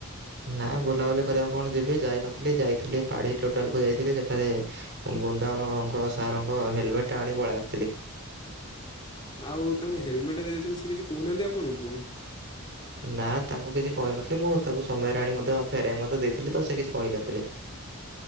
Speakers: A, on the right; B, on the left.
A: ନାଁ ବୁଲାବୁଲି କରିବାକୁ କଣ ଯିବି ଯାଇନଥିଲି ଯାଇଥିଲି ପାଢ଼ୀ ଟ୍ୟୁଟ୍ରାଲକୁ ଯାଇଥିଲି ସେଠାରେ ବୃନ୍ଦାବନଅଙ୍କ ସାରଙ୍କ ହେଲମେଟ୍ ଟା ଆଣି ପଳେଆସଥିଲି।
B: ଆଉ ତାଙ୍କ ହେଲମେଟ୍ ଟା ଦେଇ ଦେଇଛନ୍ତି ସେ କିଛି କହୁନାହାନ୍ତି ଆପଣଙ୍କୁ?
A: ନା ତାଙ୍କୁ କିଛି କହିନଥିଲି। ମୁଁ ତାକୁ ସମୟରେ ଆଣି ମଧ୍ୟ ଫେରାଇ ମଧ୍ୟ ଦେଇଥିଲି ତ ସେ କିଛି କହିନଥିଲେ।